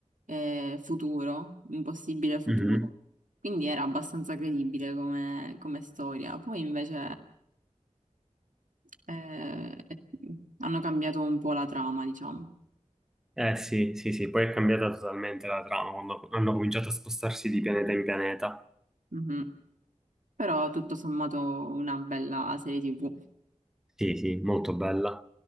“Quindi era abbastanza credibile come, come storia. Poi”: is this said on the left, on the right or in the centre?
Right